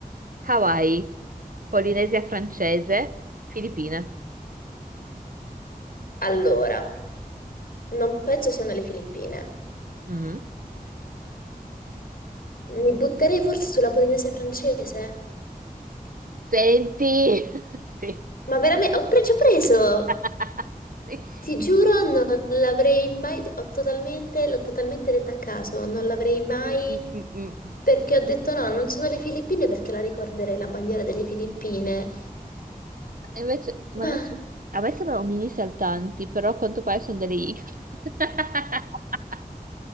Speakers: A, on the right (about 65°); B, on the left (about 70°).
A: Hawaii, Polinesia francese, Filippine.
B: Allora, non penso siano le Filippine.
A: Mm.
B: Mi butterei forse sulla Polinesia francese.
A: Senti, <laughs> sì.
B: Ma veramente... Ho pre- ci ho preso!
A: <laughs> Sì.
B: Ti giuro, non l'avrei mai, ho totalmente, l'ho totalmente detta a caso, non l'avrei mai,
A: Mm, mm, mm, mm.
B: perché ho detto no, non sono le Filippine perché la ricorderei la bandiera delle Filippine,
A: E Invece, ma
B: ma
A: non so, a me sembrano mini saltanti, però a quanto pare sono delle iche. <laughs>